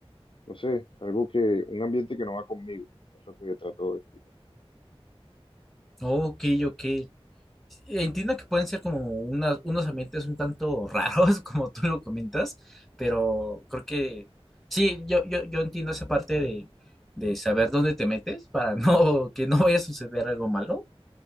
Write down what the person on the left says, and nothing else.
no sé, algo que, un ambiente que no va conmigo, es lo que trato de explicar.